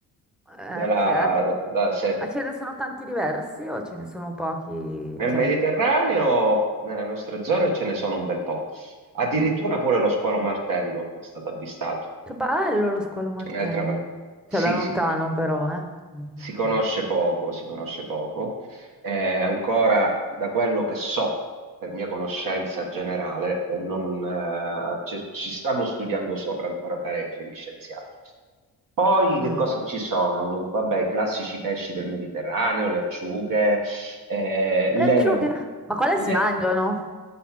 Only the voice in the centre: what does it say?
Eh,
Ok.
Ma ce ne sono tanti diversi o ce ne sono pochi?
Cioè,
mm.
Che bello lo squalo martello.
Cioè, da lontano
però, eh. Mhm,
ok.
Mm.
Le acciughe?
Ma quale
si mangiano?